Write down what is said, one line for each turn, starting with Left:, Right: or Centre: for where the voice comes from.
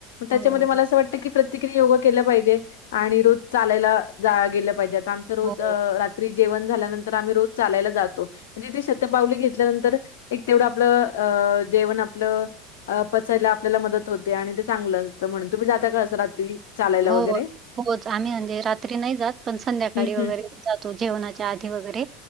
Left: त्याच्यामध्ये
Right: हो
Left: मला असं वाटत की प्रतिकीने योगा केला पाहिजे. आणि रोज चालायला जा गेलं पाहिजे. आता आमच रोज
Right: हो
Left: रात्री जेवण झाल्यानंतर. आम्ही रोज चालायला जातो. म्हणजे ती शतपावली घेतल्यानंतर. एक तेवढं. आपलं अ जेवण आपलं. अ पचायला आपल्याला मदत होते. आणि ते चांगलं असतं म्हणून. तुम्ही जाता का असं रात्री? चालायला
Right: हो
Left: वगैरे?
Right: हो जाने म्हणजे रात्री नाही जात. पण संध्याकाळी
Left: हं,
Right: वगैरे.
Left: हं.
Right: जातो. जेवणाच्या आधी वगैरे